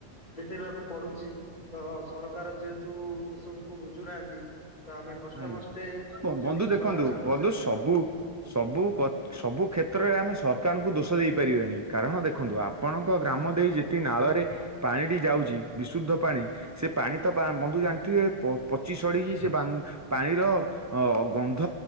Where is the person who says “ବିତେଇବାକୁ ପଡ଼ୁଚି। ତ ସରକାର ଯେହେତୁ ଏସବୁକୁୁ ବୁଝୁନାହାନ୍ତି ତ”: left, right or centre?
Left